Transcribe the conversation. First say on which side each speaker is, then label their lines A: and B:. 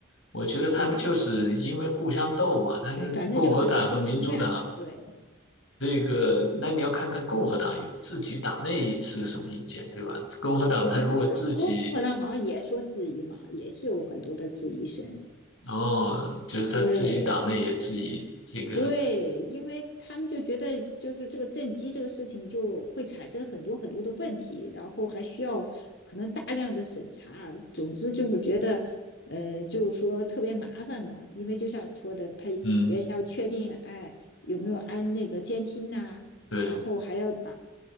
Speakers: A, on the left; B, on the left.
A: 我觉得他们就是因为互相斗嘛，
B: 对，
A: 他是共和党和民主党。
B: 哎，反正就是不情愿。对，
A: 这个，那你要看看共和党有自己党内是个什么意见，对吧？共和党他如果自己，
B: 共和党，共和党好像也说质疑嘛，也是有很多的质疑声。
A: 哦，就是他自己党内也自己这个，
B: 对对，因为他们就觉得就是这个正畸这个事情就会产生很多很多的问题，然后还需要可能大量的审查。总之就是觉得，呃，就是说特别麻烦嘛，因为就像你说的，他别人要确定哎有没有安那个监听呐、
A: 嗯，对，
B: 然后还要把